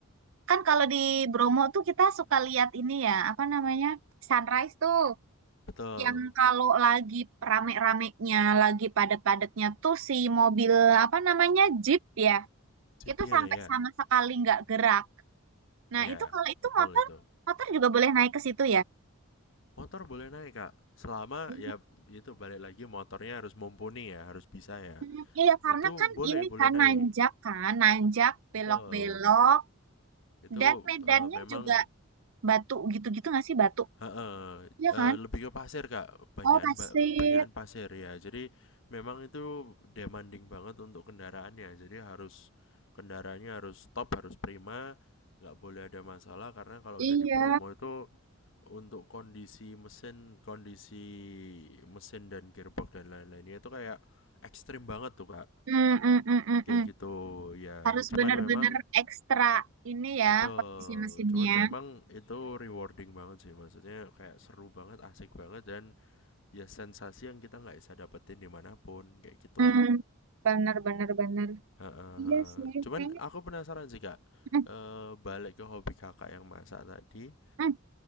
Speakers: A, on the right; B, on the left.
A: kan kalau di Bromo tuh kita suka lihat ini ya, apa namanya? Sunrise tuh
B: betul.
A: yang kalau lagi rame-ramenya, lagi padat-padatnya tuh si mobil apa namanya? Jeep ya.
B: Jeepnya
A: Itu sampai
B: ya,
A: sama sekali nggak gerak. Nah,
B: ya
A: itu kalau itu
B: betul
A: motor
B: itu.
A: motor juga boleh naik ke situ
B: Motor boleh naik kak, selama
A: ya.
B: ya itu balik lagi motornya harus mumpuni ya, harus bisa ya.
A: Hmm, Iya, karena
B: Itu
A: kan
B: boleh
A: ini
B: boleh
A: kan
B: naik,
A: nanjak kan, nanjak, belok-belok,
B: betul. Itu
A: dan medannya
B: eh, memang
A: juga batu gitu-gitu nggak sih batu?
B: Heeh,
A: Iya
B: eh,
A: kan?
B: lebih ke pasir Kak, banyakan
A: Oh, pasir.
B: ba- banyakan pasir ya. Jadi memang itu demanding banget untuk kendaraannya. Jadi harus kendaraannya harus top, harus prima, nggak boleh ada masalah karena kalau
A: Iya.
B: udah di Bromo itu untuk kondisi mesin, kondisi mesin dan gearbox dan lain-lainnya itu kayak ekstrim banget tuh Kak.
A: Hmm, hmm, hmm, hmm,
B: Kayak
A: hmm.
B: gitu ya.
A: Harus
B: Cuman
A: benar-benar
B: memang
A: ekstra ini ya
B: Betul,
A: posisi mesinnya.
B: cuman memang itu rewarding banget sih, maksudnya kayak seru banget, asik banget, dan ya sensasi yang kita nggak bisa dapetin dimanapun, kayak gitu.
A: Hmm, benar, benar, benar.
B: Heeh.
A: Iya sih,
B: Cuman
A: kayaknya.
B: aku penasaran sih kak,
A: Hmm,
B: Eh, balik ke hobi kakak yang masak tadi,
A: hmm.